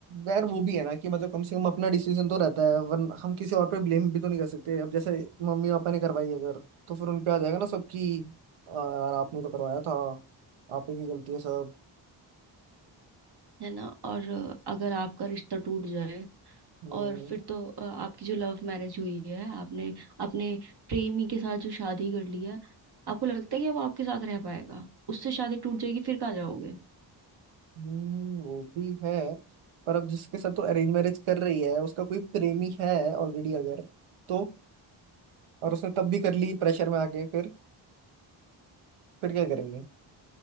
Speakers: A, on the right (about 75°); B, on the right (about 50°).
A: यार वो भी है ना कि मतलब कम से कम अपना डिसीजन तो रहता है वरना हम किसी और पे ब्लेम भी तो नहीं कर सकते अब जैसे मम्मी पापा ने करवाई अगर तो फिर उन पे आ जाएगा ना सब कि "आ, यार आपने तो करवाया था आप ही की गलती है सब
B: है ना और अ, अगर आपका रिश्ता टूट जाए
A: हम्म
B: और फिर तो अ, आपकी जो लव मैरिज हुई है आपने अपने प्रेमी के साथ जो शादी कर ली है आपको लगता है कि वो आपके साथ रह पाएगा उससे शादी टूट जाएगी फिर कहाँ जाओगे
A: हम्म, वो भी है पर अब जिसके साथ तो अरेंज मैरिज कर रही है उसका कोई प्रेमी है ऑलरेडी अगर तो और उसने तब भी कर ली प्रेशर में आके फिर फिर क्या करेंगे